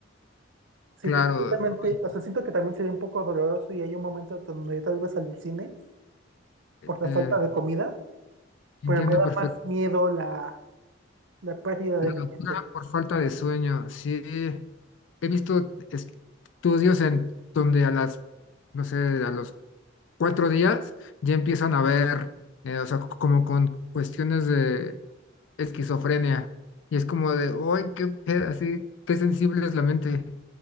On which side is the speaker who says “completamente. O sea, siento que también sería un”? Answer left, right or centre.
Right